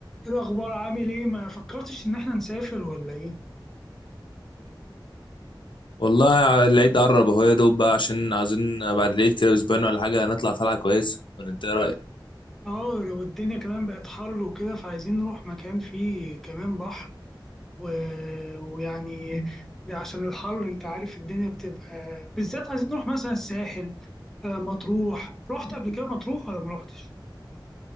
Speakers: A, in the centre; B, on the left.
A: إيه الأخبار عامل إيه؟ ما فكرتش إن إحنا نسافر ولا إيه؟
B: والله ع- العيد قرب اهو يا دوب بقى عشان عايزين بعد العيد كده باسبوعين ولا حاجه نطلع طلعه كويسه ولا انت ايه رايك
A: آه والدنيا كمان بقت حر وكده فعايزين نروح مكان فيه كمان بحر و... ويعني ده عشان الحر أنت عارف الدنيا بتبقى بالذات عايزين نروح مثلا الساحل آه مطروح رحت قبل كده مطروح ولا ما رحتش؟